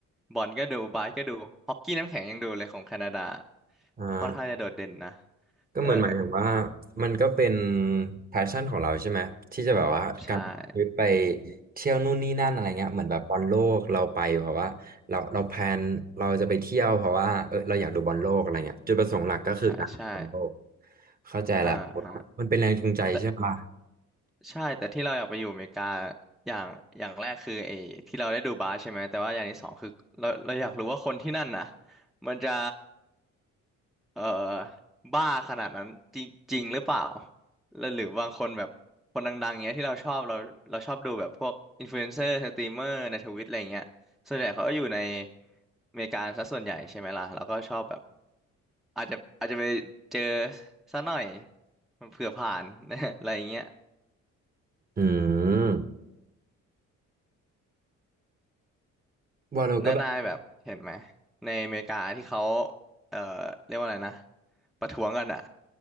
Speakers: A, in the centre; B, on the right (about 30°).
A: บอลก็ดูบาสก็ดูฮอกกี้น้ำแข็งยังดูเลยของแคนาดา
B: อ่า
A: ค่อนข้างจะโดดเด่นนะ
B: ก็เหมือนหมายถึงว่า
A: เออ
B: มันก็เป็น p พ s ชั่นของเราใช่ไหมที่จะแบบว่าการไปเท
A: ใช่
B: ี่ยวนู่นนี่นั่นอะไรเงี้ยเหมือนแบบบอลโลกเราไปเพราะว่าเราเราแพลนเราจะไปเที่ยวเพราะว่าเออเราอยากดูบอลโลกอะไรเงี้ยจุดประสงค์หลักก็คือการดูบอลโลก
A: ใช่ใช่
B: เข้าใจแล้ว
A: เออฮะ
B: มันเป็นแรงจูงใจใช่ปะ
A: แต่ ใช่แต่ที่เราอยากไปอยู่อเมริกาอย่างอย่างแรกคือไอ้ที่เราได้ดูบาสใช่ไหมแต่ว่าอย่างที่สองคือเราเราอยากรู้ว่าคนที่นั่นน่ะมันจะเอ่อบ้าขนาดนั้นจริงจริงหรือเปล่าแล้วหรือบางคนแบบคนดังๆเงี้ยที่เราชอบเราเราชอบดูแบบพวกอินฟลูเอนเซอร์สตรีมเมอร์ในทวิตอะไรเงี้ยส่วนใหญ่เขาก็อยู่ในอเมริกาซะส่วนใหญ่ใช่ไหมล่ะแล้วก็ชอบแบบอาจจะอาจจะไปเจอซะหน่อยเผื่อผ่าน <laughs> อะไรเงี้ย
B: อืมวาโลก็แบบ
A: นานายแบบเห็นไหมในอเมริกาที่เขาเอ่อเรียกว่าอะไรนะประท้วงกันอะ